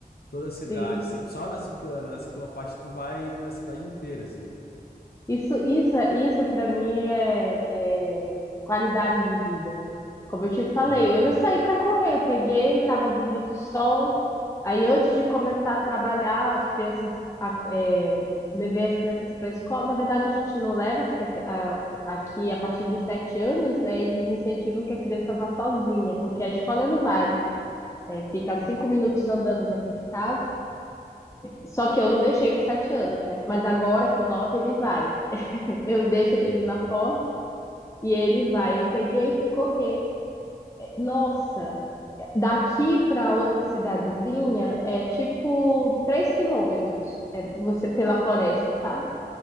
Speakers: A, on the left; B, on the left.
A: toda a cidade,
B: sim.
A: assim. Só na, ciclo, na ciclofaixa tu vai na cidade inteira, assim.
B: Isso, isso, é- isso para mim é, é qualidade de vida. Como eu te falei,
A: Aham,
B: hoje eu saí para correr, eu peguei, estava bonito o sol. Aí antes de começar a trabalhar, as crianças, a- é, levei as crianças para a escola. Na verdade, a gente não leva, porque aqui, a- aqui a partir de sete anos, né, eles incentivam que a criança vá sozinha, porque a escola é no bairro. É, fica a cinco minutos andando daqui de casa. Só que eu não deixei com sete anos, né? Mas agora, com nove, ele vai. Eu deixo ele
A: uhum,
B: ali na porta e ele vai. Eu peguei e fui correr. Nossa, daqui para outra cidadezinha é tipo 3 quilômetros é, você, pela floresta, sabe?